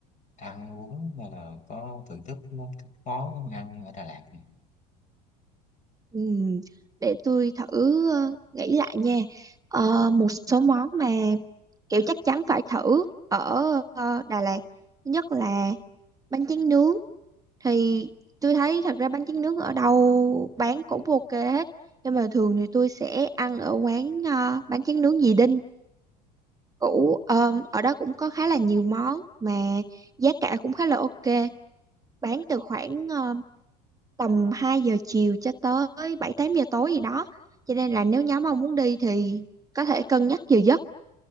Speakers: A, on the left; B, on the right.
A: ăn uống hay là có thưởng thức món món ăn ở Đà Lạt nhỉ?
B: Ừm, để tôi thử ờ, nghĩ lại nha Ờ, một số món mà kiểu chắc chắn phải thử ở ờ, Đà Lạt thứ nhất là bánh tráng nướng thì tôi thấy thật ra bánh tráng nướng ở đâu bán cũng ok hết nhưng mà thường thì tôi sẽ ăn ở quán ờ, bánh tráng nướng dì Đinh cũ Ờm, ở đó cũng có khá là nhiều món mà giá cả cũng khá là ok bán từ khoảng ờ, tầm 2 giờ chiều cho tới 7 8 giờ tối gì đó cho nên là nếu nhóm ông muốn đi thì có thể cân nhắc giờ giấc